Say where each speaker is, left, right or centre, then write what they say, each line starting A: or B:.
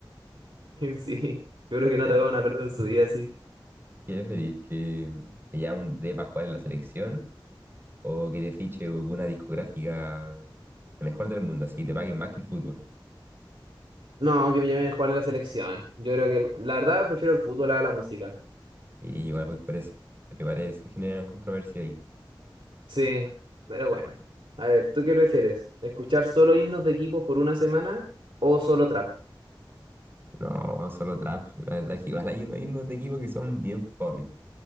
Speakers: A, on the right; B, on the right.
A: Sí, yo creo que no
B: Ya,
A: ha tocado una pelota en su vida así.
B: ¿qué preferís? ¿Que te llamen de para jugar en la selección o que te fiche una discográfica mejor del mundo, así te paguen más que el fútbol?
A: No, que me llamen a jugar a la selección. Yo creo que, la verdad, prefiero el fútbol a la música.
B: Sí, igual voy por eso. Pero igual se generan controversia ahí.
A: Sí, pero bueno. A ver, ¿tú qué prefieres? ¿Escuchar solo himnos de equipos por una semana o solo trap?
B: No, solo trap. La verdad es que igual hay unos himnos de equipo que son bien fome.